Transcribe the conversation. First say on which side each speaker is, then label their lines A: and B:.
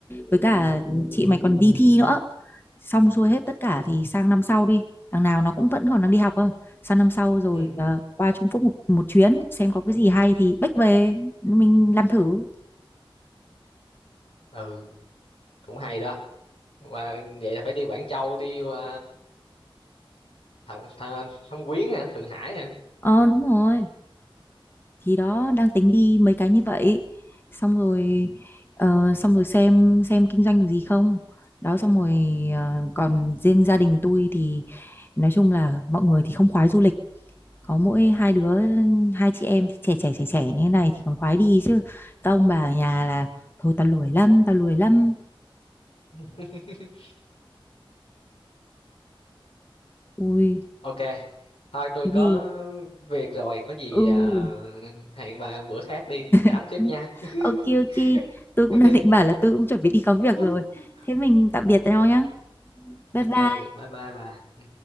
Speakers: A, on the left; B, on the left.
A: với cả chị mày còn đi thi nữa xong xuôi hết tất cả thì sang năm sau đi thằng nào nó cũng vẫn còn đang đi học không sang năm sau rồi
B: ừ
A: ờ, qua Trung Quốc một, một chuyến xem có cái gì hay thì bách về mình làm thử
B: ừ cũng hay đó và vậy là phải đi Quảng Châu đi qua Thâm, Thâm, Thâm Quyến hả Thượng Hải hả
A: Ờ đúng rồi thì đó đang tính đi mấy cái như vậy xong rồi
B: ừ.
A: ờ, xong rồi xem xem kinh doanh được gì không đó xong rồi ờ, còn riêng gia đình tôi thì nói chung là mọi người thì không khoái du lịch có mỗi hai đứa hai chị em thì trẻ trẻ trẻ trẻ như thế này thì còn khoái đi chứ các ông bà ở nhà là thôi tao lười lắm tao lười lắm
B: <laughs>
A: ui
B: Ok, thôi tôi
A: cái
B: có
A: gì
B: việc rồi, có gì
A: ừ
B: à, hẹn bà bữa khác đi, mình tám
A: <laughs>
B: tiếp nha. <laughs>
A: ok ok tôi cũng
B: Ok.
A: đang định bảo là tôi cũng chuẩn bị đi có việc
B: <laughs>
A: rồi thế mình tạm biệt nhau nhá bye
B: Ok,
A: bye
B: bye bye bà. Ừ.